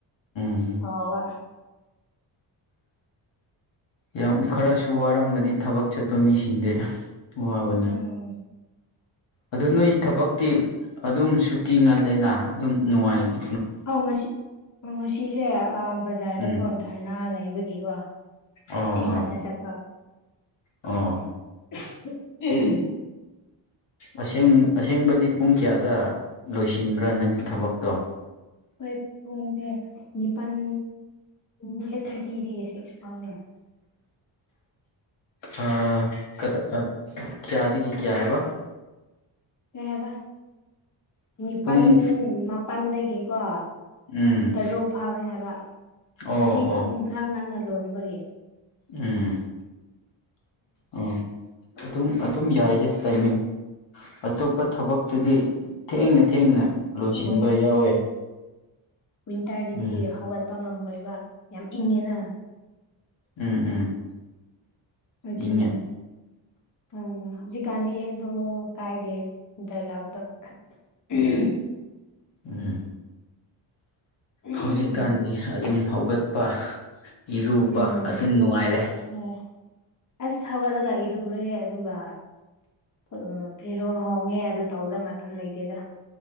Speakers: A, on the left; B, on the left.
A: ꯎꯝ
B: ꯁꯥꯎꯕ
A: ꯌꯥꯝ ꯈꯔꯁꯨ ꯋꯥꯔꯝꯒꯅꯤ ꯊꯕꯛ ꯆꯠꯄ ꯃꯤꯁꯤꯡꯗꯤ ꯋꯥꯕꯅꯤ
B: ꯎꯝ
A: ꯑꯗꯨ ꯅꯣꯏ ꯊꯕꯛꯇꯤ ꯑꯗꯨꯝ ꯁꯨꯇꯤ ꯉꯜꯂꯦꯅ ꯑꯗꯨꯝ ꯅꯨꯡꯉꯥꯏꯒꯦ
B: ꯑꯧ ꯉꯁꯤ ꯑ ꯉꯁꯤꯁꯦ ꯑ ꯕꯖꯥꯔꯗꯀꯣ
A: ꯎꯝ
B: ꯙꯔꯅꯥ ꯂꯩꯕꯒꯤꯀꯣ
A: ꯑꯣ
B: ꯁꯤ ꯉꯥꯟꯅ
A: ꯑꯣ
B: ꯆꯠꯄ
A: ꯑꯣ
B: <unintelligible>
A: ꯑꯁꯦꯡ ꯑꯁꯦꯡꯕꯗꯤ ꯄꯨꯡ ꯀꯌꯥꯗ ꯂꯣꯏꯁꯤꯟꯕ꯭ꯔꯥ ꯅꯪꯒꯤ ꯊꯕꯛꯇꯣ
B: ꯍꯣꯏ ꯄꯨꯡꯊ‌ꯦ ꯅꯤꯄꯜ ꯑꯩꯠ ꯊꯥꯔꯇꯤꯗꯩ ꯁꯤꯛꯁ ꯐꯥꯎꯅꯦ
A: ꯑ ꯀꯗꯥ ꯀꯌꯥꯗꯒꯤ ꯀꯌꯥ ꯍꯥꯏꯕ
B: ꯀꯩ ꯍꯥꯏꯕ ꯅꯤꯄꯟ
A: ꯄꯨꯡ
B: ꯃꯥꯄꯟꯗꯒꯤꯀꯣ
A: ꯎꯝ
B: ꯇꯔꯣꯛ ꯐꯥꯎꯔꯦ ꯍꯥꯏꯕ
A: ꯑꯣ
B: ꯉꯁꯤ
A: ꯑꯣ
B: ꯈꯔ ꯉꯟꯅ ꯂꯣꯟꯕꯒꯤ
A: ꯎꯝ ꯑꯣ ꯑꯗꯨꯝ ꯑꯗꯨꯝ ꯌꯥꯏꯗ ꯇꯥꯏꯃꯤꯡ ꯑꯇꯣꯞꯄ ꯊꯕꯛꯀꯤꯗꯤ ꯊꯦꯡꯅ ꯊꯦꯡꯅ ꯂꯣꯏꯁꯤꯟꯕ
B: ꯃꯣꯏꯗ
A: ꯌꯥꯎꯋꯦ
B: ꯋꯤꯟꯇꯔꯗꯗꯤ
A: ꯎꯝ
B: ꯍꯧꯒꯠꯄ ꯉꯝꯃꯣꯏꯕ ꯌꯥꯝ ꯏꯪꯉꯦꯅ
A: ꯎꯝ ꯎꯝ
B: ꯑꯗꯨꯅꯦ
A: ꯏꯪꯉꯦ
B: ꯎꯝ ꯍꯧꯖꯤꯛꯀꯥꯟꯗꯤ ꯑꯗꯣ ꯀꯥꯏꯗꯦ ꯋꯤꯟꯇꯔ ꯂꯥꯛꯄꯗ ꯄꯨꯈꯠ <unintelligible>
A: ꯎꯝ
B: ꯎꯝ
A: ꯍꯧꯖꯤꯛꯀꯥꯟꯗꯤ ꯑꯗꯨꯝ ꯍꯧꯒꯠꯄ ꯏꯔꯨꯕ
B: ꯎꯝ
A: ꯑꯗꯨꯝ ꯅꯨꯡꯉꯥꯏꯔꯦ
B: ꯑꯣ ꯑꯁ ꯊꯧꯒꯠꯂꯒ ꯏꯔꯨꯔꯦ ꯑꯗꯨꯒ ꯎꯝ ꯐꯤꯔꯣꯜ ꯍꯣꯡꯉꯦ ꯑꯗꯨ ꯇꯧꯕꯗ ꯃꯇꯝ ꯂꯩꯇꯦꯗ